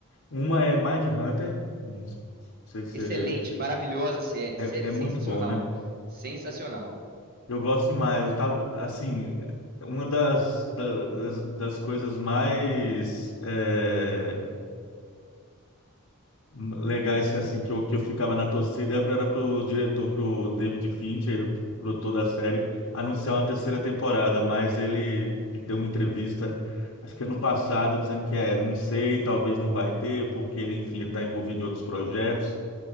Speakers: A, on the left; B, on the right.
A: Uma é Mindhunter, não sei se
B: Excelente,
A: se-
B: maravilhosa série,
A: é,
B: se- sensacional,
A: é muito bom, né?
B: sensacional.
A: Eu gosto demais, eu tava, assim, uma das, da- das, das coisas mais... é, legais assim que eu, que eu ficava na torcida era para pro diretor, pro David Fincher, produtor da série, anunciar uma terceira temporada, mas ele deu uma entrevista, acho que ano passado, dizendo que é, não sei, talvez não vai ter, porque, enfim, ele está envolvido em outros projetos,